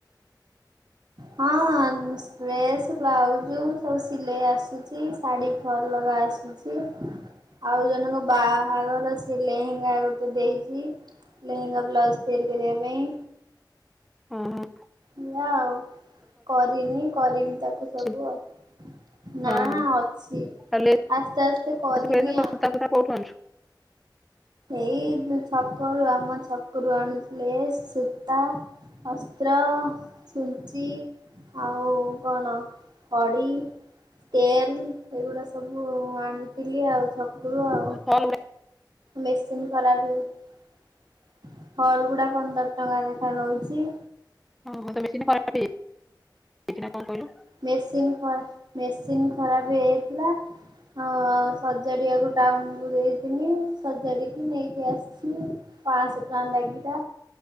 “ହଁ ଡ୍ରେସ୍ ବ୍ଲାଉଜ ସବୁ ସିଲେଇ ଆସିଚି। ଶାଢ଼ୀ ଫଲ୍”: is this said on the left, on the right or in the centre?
Right